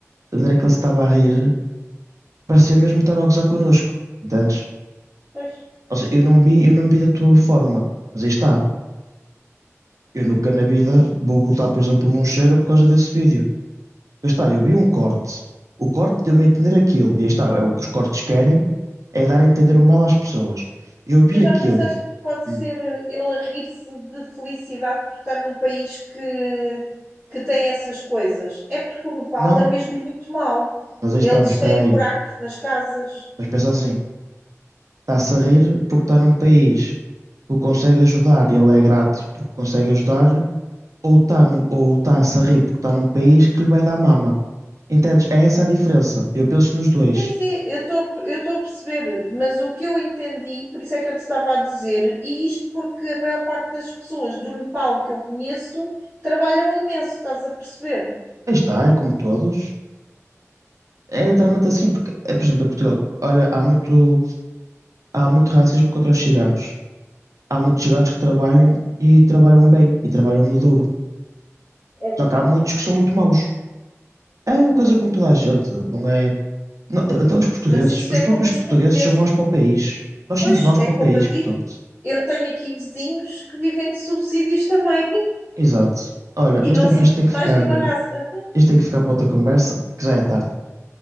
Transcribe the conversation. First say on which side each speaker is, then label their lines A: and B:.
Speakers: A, on the right; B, on the right.
A: da maneira que ele se estava a rir, parecia mesmo que estava a gozar connosco, entendes?
B: Pois.
A: Ou seja, eu não vi, eu não vi da tua forma, mas aí está. Eu nunca na vida vou botar, por exemplo, não chega por causa desse vídeo. Aí está, eu vi um corte. O corte deu-me a entender aquilo. E aí está, é o que os cortes querem, é dar a entender o mal às pessoas. Eu vi
B: Mas
A: aquilo.
B: já pensaste que pode ser
A: Hum,
B: eh, ele a rir-se de felicidade por estar num país que, que tem essas coisas? É porque o Nepal
A: Não,
B: é mesmo muito mau.
A: mas aí
B: Eles
A: está, mas espera
B: têm
A: aí.
B: buracos nas casas.
A: Mas pensa assim, está-se a rir porque está num país que o consegue ajudar e ele é grato porque consegue ajudar ou está ou tá-se a se rir porque está num país que lhe vai dar mama. Entendes? É essa a diferença. Eu penso nos dois.
B: Sim, sim, eu estou eu estou a perceber, mas o que eu entendi, por isso é que eu te estava a dizer, e isto porque a maior parte das pessoas do Nepal que eu conheço trabalham imenso, estás a perceber?
A: Aí está, é como todos. É literalmente assim, porque, é, por exemplo, em Portugal, olha, há muito, há muito racismo contra os ciganos. Há muitos ciganos que trabalham e trabalham bem e trabalham no duro.
B: É verdade.
A: Só que há muitos que são muito maus. É uma coisa como toda a gente, não é? não- até os portugueses,
B: Mas isso
A: os
B: é
A: próprios
B: como os
A: portugueses
B: portugueses.
A: são maus para o país. Nós
B: Pois,
A: somos maus
B: é
A: para
B: como
A: o país,
B: eu digo,
A: portanto.
B: eu tenho aqui vizinhos que vivem de subsídios também <laughs>
A: Exato. Olha,
B: e
A: mas
B: não
A: tem
B: são
A: que- isto
B: de
A: tem que
B: mais
A: ficar.
B: nenhuma raça.
A: Isto tem que ficar para outra conversa, que já é tarde.